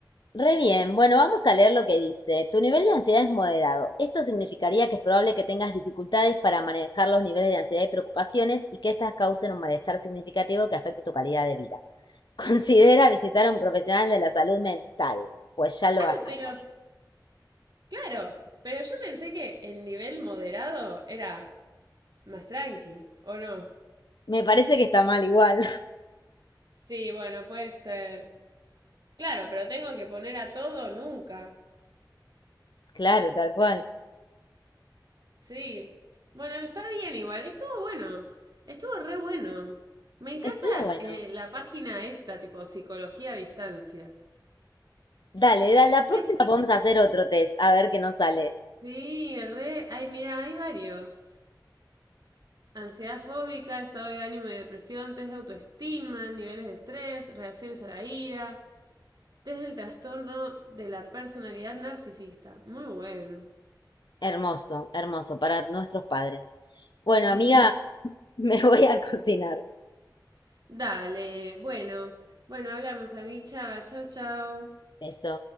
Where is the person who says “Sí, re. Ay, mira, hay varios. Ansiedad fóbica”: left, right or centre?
Right